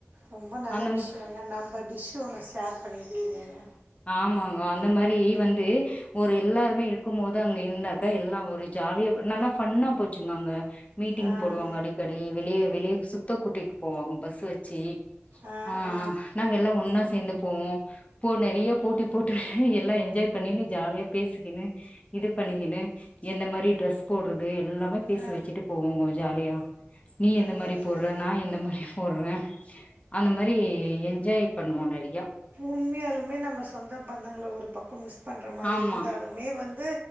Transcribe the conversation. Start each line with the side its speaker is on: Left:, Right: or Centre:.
Right: ரொம்ப நல்ல
Left: அந்த
Right: விஷயங்க
Left: மா
Right: நம்ம டிஷ் ஒன்று ஷேர் பண்ணியிருக்கீங்கங்க
Left: ஆமாங்க அந்த மாரி வந்து ஒரு எல்லாருமே இருக்கும் போது அங்க இருந்தாக்கா எல்லாம் ஒரு ஜாலியா நல்லா ஃபன்னா போச்சுங்க அங்க மீட்டிங்
Right: ஆங்க
Left: போடுவாங்க அடிக்கடி வெளியே வெளியே சுத்த கூட்டிட்டு போவாங்க பஸ் வச்சு
Right: ஆ
Left: ஆஹ்
Right: ஆ
Left: நாங்க எல்லாம் ஒன்னா சேந்து போவோம் போன போட்டி போட்டு எல்லாம் என்ஜாய் பண்ணின்னு ஜாலியாக பேசிக்கின்னு இது பண்ணிக்கனு என்ன மாதிரி ட்ரெஸ் போடுறது எல்லாமே பேசி
Right: ஆ
Left: வச்சுட்டு போவோங்கோ ஜாலியா நீ
Right: நல்லதுங்க
Left: எந்த மாதிரி போடுற நான் என்ன மாரி போடுறேன் அந்த மாரி என்ஜாய் பண்ணுவோம் நெறைய
Right: உண்மையாலுமே நம்ம சொந்தம் பந்தங்கள ஒரு பக்கம் மிஸ் பண்ணுற மாரி
Left: ஆமா
Right: இருந்தாலுமே வந்து